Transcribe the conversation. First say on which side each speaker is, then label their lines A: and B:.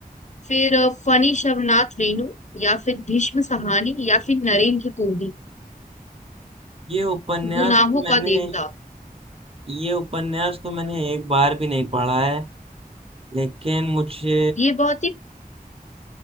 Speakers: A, on the left; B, on the right.
A: फिर अ, फणी शवनाथ रेणु या फिर भीष्म सहानी या फिर नरेंद्र कोहली
B: ये उपन्यास
A: गुनाहों
B: तो मैंने
A: का देवता
B: ये उपन्यास तो मैंने एक बार भी नहीं पढ़ा है लेकिन मुझे
A: ये बहुत ही